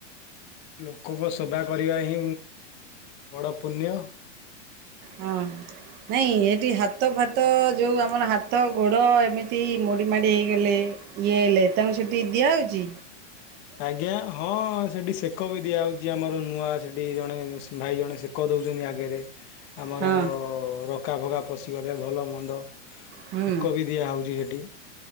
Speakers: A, on the left (about 30°); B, on the right (about 25°).
A: ଲୋକଙ୍କ ସେବା କରିବା ହିଁ ବଡ଼ ପୁଣ୍ୟ।
B: ହଁ। ନାଇଁ ଏଠି ହାତ ଫାତ ଯୋଉ ଆମର ହାତ ଗୋଡ଼ ଏମିତି ମୋଡ଼ି ମାଡ଼ି ହେଇଗଲେ। ଇଏ ହେଲେ ତାଙ୍କୁ ସେଠି ଦିଆ ହଉଛି।
A: ଆଜ୍ଞା। ହଁ ସେଠି ସେକ ବି ଦିଆହେଉଛି ଆମର ନୂଆ ସେଠି ଜଣେ ଭାଇ ଜଣେ ସେକ ଦେଉଛନ୍ତି ଆଗରେ। ଆମର
B: ହଁ
A: ରକା ଭଗା ପଶିଗଲେ ଭଲ ମନ୍ଦ
B: ହୁଁ
A: ସେକ ବି ଦିଆ ହଉଛି ସେଠି